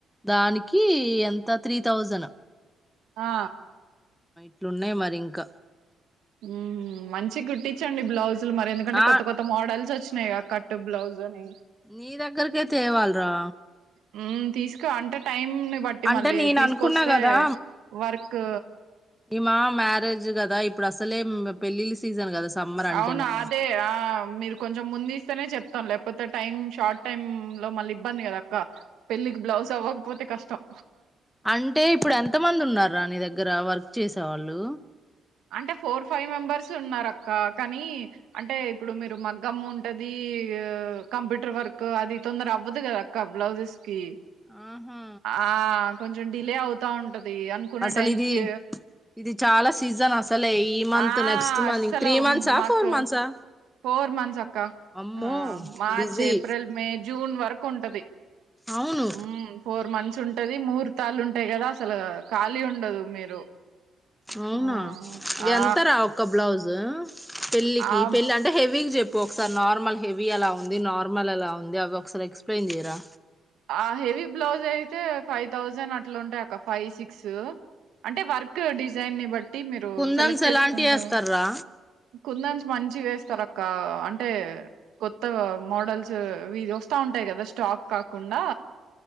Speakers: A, in the centre; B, on the right (about 80°).
A: దానికి ఎంత త్రీ థౌజను
B: ఆ
A: ఇట్లున్నాయి మరి ఇంక
B: హ్మ్ మంచిగ్ కుట్టించండి బ్లౌజ్ లు మరెందుకంటే
A: ఆ
B: కొత్త కొత్త మోడల్స్ వచ్ చ్చినాయి కట్ బ్లౌజ్ అని
A: నీ దగ్గరకే తేవాళ్రా
B: హ్మ్ తీసుకో అంటే టైం ని బట్టి
A: అంటే
B: మళ్ళీ
A: నేను
B: తీసుకొస్తే
A: అనుకున్నా కదా
B: వర్క్
A: ఇమా మ్యారేజ్ కదా ఇప్పుడు అసలే పెళ్ళిళ్ల సీజన్ కదా సమ్మర్ అంటేనే
B: అవును అదే ఆ మీరు కొంచెం ముందు ఇస్తేనే చెప్తాం లేప్ పోతే టైమ్ షార్ట్ టైమ్ లో మళ్ళీ ఇబ్బంది కదా అక్క పెళ్ళికి బ్లౌజ్ అవ్వకపోతే కష్టం
A: అంటే ఇప్పుడు ఎంత మంది ఉన్నార్రా నీ దగ్గర వర్క్ చేసేవాళ్ళు
B: అంటే ఫోర్ ఫైవ్ మెంబర్సు ఉన్నారు అక్క కానీ అంటే ఇప్పుడు మీరు మగ్గమ్ ఉంటది కంప్యూటర్ వర్క్ అది తొందర అవ్వదు కదా అక్క బ్లౌజెస్ కి
A: ఆహా
B: ఆ కొంచెం డిలే అవుతా ఉంటది అనుకున్న
A: అసలు
B: టైం
A: ఇది
B: కి
A: ఇది చాలా సీజన్ అసలు తలే ఈ మంత్
B: ఆ
A: నెక్స్ట్ మంత్
B: అస్సలు
A: త్రీ మంత్స్ ఆ
B: మాకు
A: ఫోర్ మంత్సా
B: ఫోర్ మంత్స్ అక్క
A: అమ్మో
B: ఆ March
A: busy
B: April May June June వరకు ఉంటది
A: అవును
B: హ్మ్ ఫోర్ మంత్స్ ఉంటది ముహుర్తాలు ఉంట తే కదా అసలు ఖాళీ ఉండదు మీరు
A: అవునా
B: ఆ ఆ
A: ఎంతరా ఒక్క బ్లౌజ్ పెళ్ళి కి
B: ఆ
A: పెళ్లి అంటే హెవీగ చెప్ బ్ ఒకసారి నార్మల్ హెవీ ఎలా ఉంది నార్మల్ ఎలా ఉంది ది అవి ఒకసారి ఎక్స్ప్లెన్ చేయరా
B: ఆ హెవీ బ్లౌజ్ అయితే ఫైవ్ థౌజండ్ అట్లా ఉంటాయి అక్క ఫైవ్ సిక్స్ అంటే వర్క్ డిజైన్ ని బట్టి మీరు
A: కుందన్స్
B: సెలెక్ట్ చేసుకుంటారు
A: ఎలాంటివి వేస్తార్రా
B: కుంద మంచి వేస్తారు అక్క అంటే కొత్త మోడల్స్ ఇ వస్తా ఉంటాయి కదా స్టాక్ కా కుండా